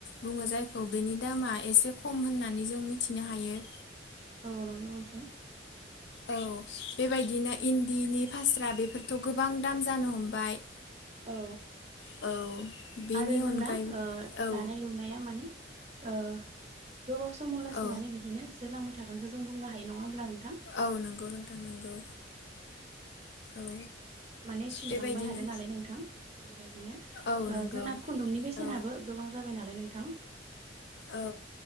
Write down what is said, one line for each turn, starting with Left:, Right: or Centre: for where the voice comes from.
Left: बुङो जायखौ बेनि दामा एसे खम होननानै जों मिथिनो हायो।
Right: औ नंगौ नंथां।
Left: औ बेबायदिनो इन्दिनि फास्रा बेफोरथ' गोबां दाम जानो हमबाय।।
Right: औ
Left: औ बेनि
Right: आरो जोंना
Left: अनगायै
Right: ओ
Left: औ
Right: दानाय लु लुनायाव माने ओ गोबाव समाव लासे
Left: औ
Right: माने बेदिनो जोरलांबाय थासै। <unintelligible> खौ जों बुंनो हायो नङा होनब्ला नोंथां।
Left: औ नंगौ नोंथां नंगौ
Right: औ
Left: औ।
Right: माने सिजलांबाय
Left: बेबायदिनो
Right: हादों नालाय नोंथां बेबायदिनो
Left: औ
Right: ओ
Left: नंगौ
Right: जोंना खुन्दुंनि बेसेनाबो
Left: औ
Right: गोबां जाबाय नालाय नोंथां
Left: औ